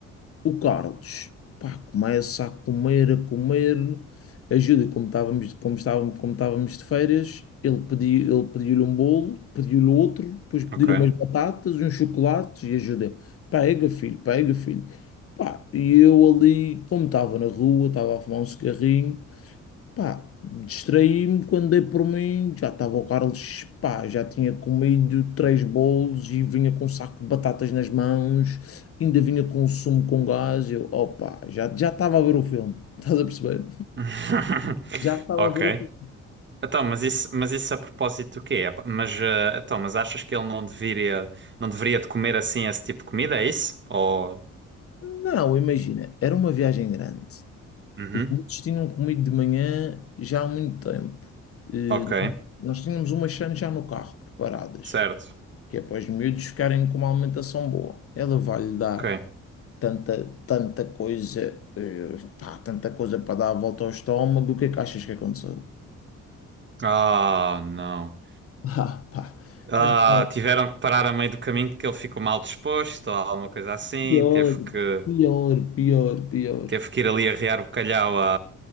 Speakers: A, on the left (about 50°); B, on the right (about 40°).
A: O Carlos, pá, começa a comer, a comer. A Júlia, como estávamos, como estávamos, como estávamos de férias, ele pediu, ele pediu-lhe um bolo, pediu-lhe outro, depois pediu-lhe
B: Ok.
A: umas batatas, uns chocolates e a Júlia, pega filho, pega filho. Pá, e eu ali, como estava na rua, estava a fumar um cigarrinho, Pá, distraí-me quando dei por mim, já estava o Carlos, pá, já tinha comido três bolos e vinha com um saco de batatas nas mãos, ainda vinha com um sumo com gás, eu, opa, já já estava a ver o filme, <laughs> estás a perceber?
B: <laughs>
A: Já estava
B: Ok.
A: a ver o filme.
B: Então, mas isso, mas isso a propósito do quê? É pa- Mas, eh, então, mas achas que ele não deveria, não deveria de comer assim esse tipo de comida, é isso? Ou...
A: Não, imagina, era uma viagem grande.
B: Uhum.
A: Os miúdos tinham comido de manhã já há muito tempo. Eh,
B: Ok.
A: nós tínhamos umas chances já no carro preparadas,
B: Certo.
A: que é para os miúdos ficarem com uma alimentação boa. Ela vai-lhe dar.
B: Ok.
A: tanta, tanta coisa, eh, pá, tanta coisa para dar a volta ao estômago, o que é que achas que aconteceu? <laughs>
B: Ah, não.
A: Ah, pá,
B: Ah,
A: então,
B: tiveram que parar a meio do caminho porque ele ficou mal disposto ou alguma coisa assim.
A: pior,
B: Teve que,
A: pior, pior, pior,
B: teve que ir ali arrear o calhau a...